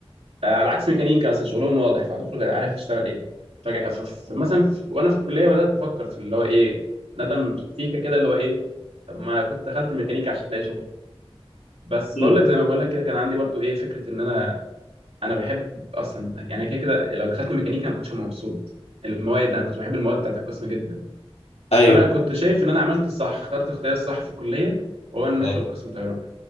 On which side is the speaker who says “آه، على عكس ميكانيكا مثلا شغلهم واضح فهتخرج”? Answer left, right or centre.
Right